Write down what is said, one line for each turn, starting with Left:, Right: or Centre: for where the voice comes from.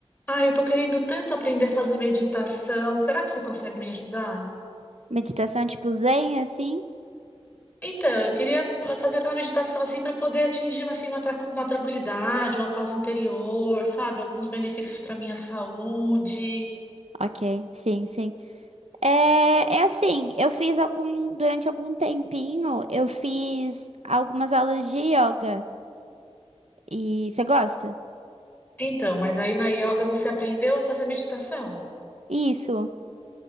Left: Ah, eu tô querendo tanto aprender a fazer meditação. Será que você consegue me ajudar?
Right: Meditação tipo zen, assim?
Left: Então, eu queria ah, fazer aquela meditação assim para poder atingir assim, uma, tra- uma tranquilidade, uma paz interior, sabe? Alguns benefícios para minha saúde.
Right: Ok, sim, sim. É, é assim, eu fiz algum, durante algum tempinho, eu fiz algumas aulas de yoga. E você gosta?
Left: Então, mas aí na yoga você aprendeu a fazer meditação?
Right: Isso,